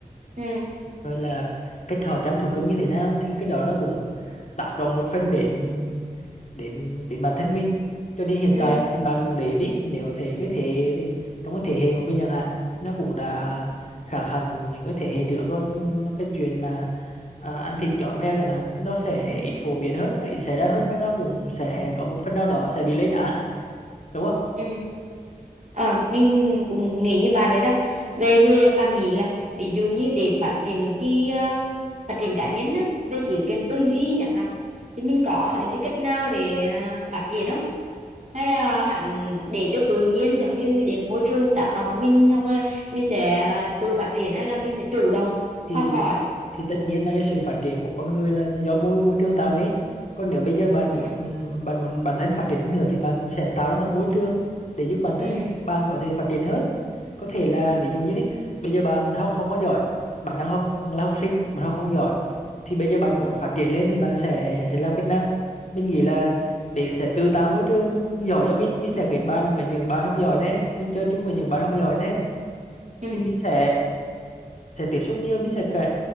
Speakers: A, on the right; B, on the left.
A: ừ
B: rồi là cái trò chăm thú cưng như thế nào thì cái đó nó cũng tác động một phần đến đến đến bản thân mình cho nên hiện
A: ừ
B: tại
A: ừ
B: thì bạn cũng để ý nếu thế cái thế thì trong cái thế hệ của mình chẳng hạn nó cũng đã khác hẳn những cái thế hệ trước rồi nó cái chuyện mà à, ăn thịt chó mèo chẳng hạn nó sẽ ít phổ biến hơn nó ít xảy ra hơn và nó cũng sẽ có một phần nào đó sẽ bị lên án đúng không
A: ừ. Ờ, mình cũng nghĩ như bạn vậy đó. Về thì bạn nghĩ là ví dụ như để phát triển cái à, phát triển cá nhân á, về khía cạnh tư duy chẳng hạn thì mình có những cái cách nào để à, phát triển không? Hay à, hẳn để cho tự nhiên giống như để môi trường tác động vào mình xong rồi mình sẽ à, tự phát triển hay là mình sẽ chủ động
B: thì
A: học hỏi.
B: thì tất nhiên là cái sự phát triển của con người là do môi môi trường tạo nên còn nếu bây giờ bạn
A: Ừ.
B: muốn bạn muốn bản thân phát triển hơn nữa thì bạn sẽ tạo ra một môi trường để giúp bản thân
A: Ừ.
B: bạn có thể phát triển hơn có thể là ví dụ như đi bây giờ bạn học không có giỏi bạn đang học là học sinh bạn học không giỏi thì bây giờ bạn muốn phát triển lên thì bạn sẽ sẽ làm cách nào mình nghĩ là để sẽ tự tạo môi trường giỏi cho mình mình sẽ kết bạn với những bạn học giỏi này mình chơi chung với những bạn học giỏi này
A: Ừ.
B: thì mình sẽ sẽ tiếp xúc nhiều mình sẽ kể